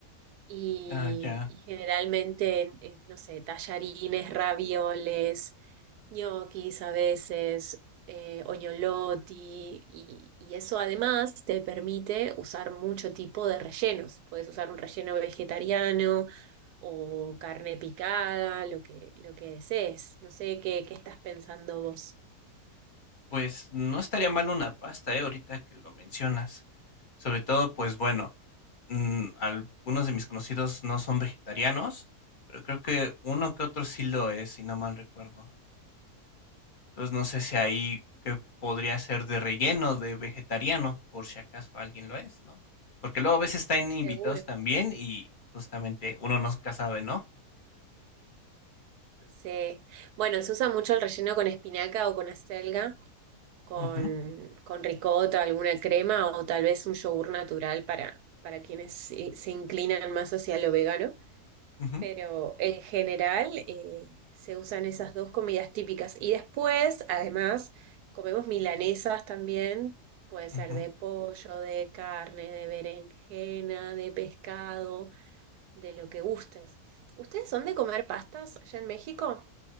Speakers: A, on the right; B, on the left.
A: Y,
B: Ah, ya.
A: y generalmente, eh, no sé, tallarines, ravioles, ñoquis a veces, eh, oñoloti, y, y eso además te permite usar mucho tipo de rellenos. Puedes usar un relleno vegetariano o carne picada, lo que, lo que desees. No sé qué, qué estás pensando vos.
B: Pues no estaría mal una pasta, ¿eh? Ahorita que lo mencionas. Sobre todo, pues bueno, mm, algunos de mis conocidos no son vegetarianos, pero creo que uno que otro sí lo es, si no mal recuerdo. Entonces no sé si ahí que podría ser de relleno, de vegetariano, por si acaso alguien lo es, ¿no? Porque luego a veces están invitados
A: Seguro.
B: también y justamente uno nunca sabe, ¿no?
A: Sí. Bueno, se usa mucho el relleno con espinaca o con acelga, con,
B: Ujú,
A: con ricota, alguna crema o tal vez un yogur natural para, para quienes se se inclinan más hacia lo vegano.
B: ujú,
A: Pero en general eh, se usan esas dos comidas típicas. Y después, además, comemos milanesas también. Puede ser
B: ujú.
A: de pollo, de carne, de berenjena, de pescado, de lo que gustes. ¿Ustedes son de comer pastas allá en México?